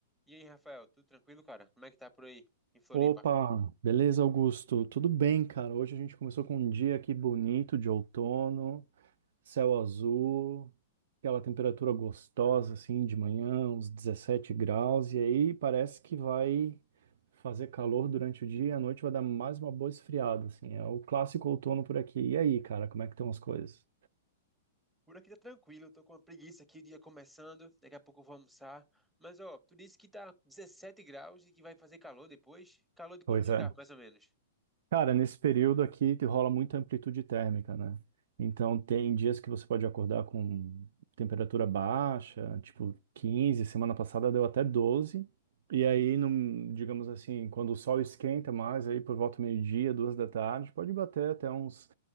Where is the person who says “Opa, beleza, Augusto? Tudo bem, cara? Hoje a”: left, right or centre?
Right